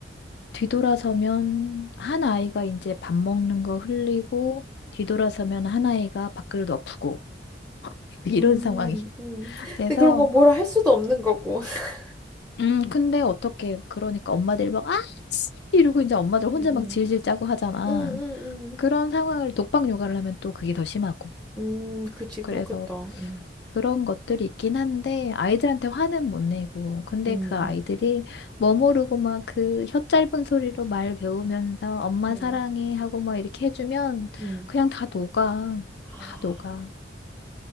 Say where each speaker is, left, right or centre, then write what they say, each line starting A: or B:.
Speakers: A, on the left; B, in the centre.
A: 뒤돌아서면 한 아이가 이제 밥 먹는 거 흘리고 뒤돌아서면 한 아이가 밥그릇 엎고 <laughs> 이런
B: 음,
A: 상황이
B: 음. 음.
A: 돼서
B: 근데 그런 건 뭐라 할 수도 없는 거고. <laughs>
A: 음 근데 어떻게 그러니까 엄마들이 막 아씨 이러고 이제 엄마들 혼자
B: 음,
A: 막 질질 짜고 하잖아.
B: 음, 음, 음,
A: 그런 상황을 독박 육아를 하면 또 그게 더 심하고.
B: 음. 음, 그치,
A: 그래서
B: 그렇겠다. 음,
A: 그런 것들이 있긴 한데 아이들한테 화는 못 내고 근데
B: 음,
A: 그 아이들이
B: 음,
A: 뭐 모르고 막 그 혀 짧은 소리로 말 배우면서 엄마
B: 음,
A: 사랑해 하고 막 이렇게 해주면
B: 음,
A: 그냥 다 녹아
B: 아,
A: 다 녹아